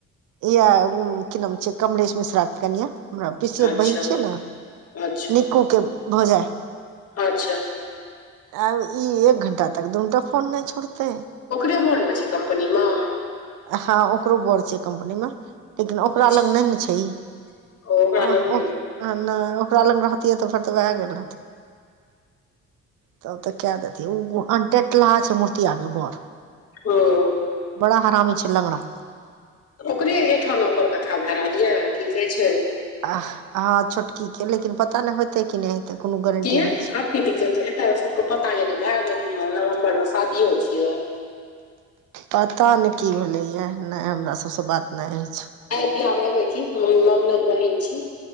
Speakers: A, on the right (about 90°); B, on the left (about 50°).
A: किया की नाम छियै? कमलेश मिश्रा के कनिया हमरा पिसियोत
B: अच्छा
A: बहिन छियै ने?
B: अच्छा
A: निकू के भौजाई।
B: अच्छा।
A: आब ई एक घंटा तक दुनूटा फोन नहि छोड़ते।
B: ओकरे बर न छै कम्पनी मे।
A: हँ ओकरो बर छै कम्पनी मे। लेकिन ओकरा
B: अच्छा
A: लग नै न छैइ,
B: ओ ओकरा
A: अह
B: लग नहि
A: ओह्ह
B: य
A: हाँ न ओकरा लग रहितिये त फेर त वैह गेल रहति। तब त क्या देतिये उ अनटेटलाह छै, मूर्ति अहा के बर।
B: ओ।
A: बड़ा हरामी छै लगड़ा।
B: ओकरे एहिठा नो ओकर कथा भए रहल या की कहै छै।
A: आह हँ छोटकी के लेकिन पता ने होेते क नहि हेते कोनो गारंटी
B: किया
A: नहि छै
B: आब की दिक्कत? एते सबके पता ये जे भए गेलै हं नवम्बर में शादियो छिये।
A: पता नहि की भेलैए? नहि हमरा सब से बात नहि अइच।
B: ऐ बीहा में ऐबी कि हमर मामियोंत बहिन छी।